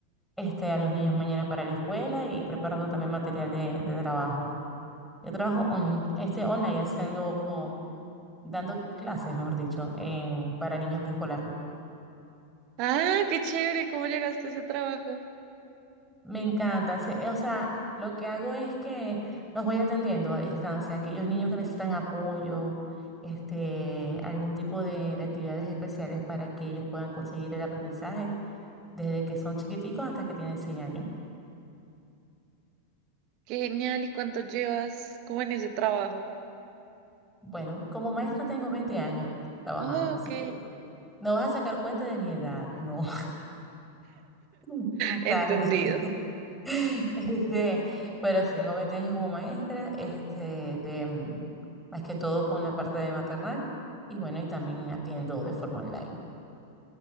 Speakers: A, in the centre; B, on the right.
A: este, a los niños mañana para la escuela y preparando también material de, de trabajo. Yo trabajo on- este, online haciendo, dando clases, mejor dicho, en, para niños preescolar.
B: Ah, qué chévere, ¿cómo llegaste a ese trabajo?
A: Me encanta, se- o sea, lo que hago es que los voy atendiendo a distancia, aquellos niños que necesitan apoyo, este, algún tipo de de actividades especiales para que ellos puedan conseguir el aprendizaje. desde que son chiquiticos hasta que tienen 6 años.
B: Qué genial. ¿Y cuánto llevas como en ese trabajo?
A: Bueno, como maestra tengo 20 años trabajando,
B: Oh,
A: así
B: ok.
A: que no vas a sacar cuenta de mi edad, no, <laughs> hasta
B: Entendido.
A: ahí. <laughs> Este, pero si tengo 20 años como maestra, este, de, mm, más que todo con la parte de maternal y bueno, y también atiendo de forma online.